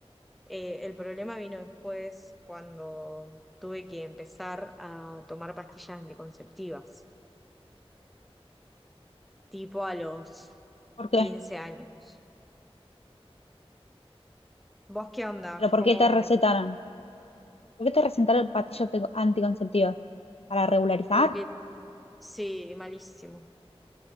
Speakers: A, in the centre; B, on the left (about 70°).
A: Eh, el problema vino después cuando tuve que empezar a tomar pastillas anticonceptivas, tipo a los
B: ¿Por qué?
A: 15 años. ¿Vos qué onda?
B: ¿Pero por
A: ¿Cómo?
B: qué te recetaron? ¿Por qué te recetaron pastillas te- anticonceptivas? ¿Para regularizar?
A: Porque sí, malísimo.